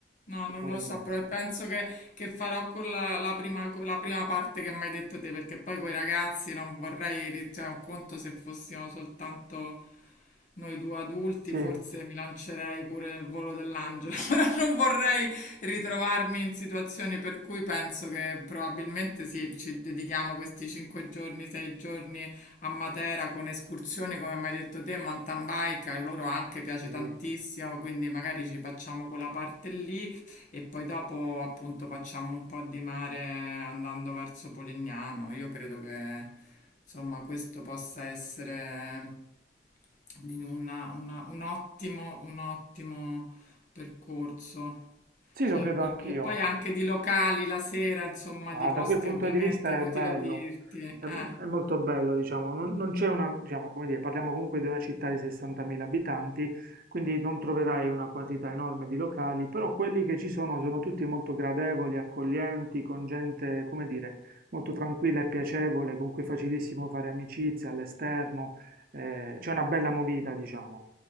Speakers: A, on the left; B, on the right.
A: No, non
B: fare
A: lo so,
B: questo.
A: però penso che, che farò quella, la la prima, con la prima parte che mi hai detto te, perché poi con i ragazzi non vorrei, ri- cioè, un conto se fossimo soltanto noi due adulti,
B: Sì,
A: forse mi lancerei pure nel volo dell'angelo, <laughs> però non vorrei ritrovarmi in situazioni per cui penso che probabilmente sì, ci dedichiamo questi cinque giorni, sei giorni A Matera con escursioni, come mi hai detto te, mountain bike, a loro anche piace
B: sì,
A: tantissimo, quindi magari ci facciamo quella parte lì e poi dopo appunto facciamo un po' di mare andando verso Polignano. Io credo che insomma questo possa essere di una- una- un ottimo, un ottimo percorso.
B: sì,
A: Cioè,
B: lo credo
A: qual-
B: anch'io.
A: e poi anche di locali la sera, insomma,
B: Ah,
A: di posti
B: da quel punto
A: ovviamente,
B: di vista
A: è inutile
B: è bello,
A: dirti.
B: è,
A: Eh.
B: è molto bello, diciamo, non, non c'è una, diciamo, come dire, parliamo comunque di una città di 60.000 abitanti, quindi non troverai una quantità enorme di locali, però quelli che ci sono sono tutti molto gradevoli, accoglienti, con gente, come dire, molto tranquilla e piacevole, con cui è facilissimo fare amicizia all'esterno, eh, c'è una bella movida, diciamo.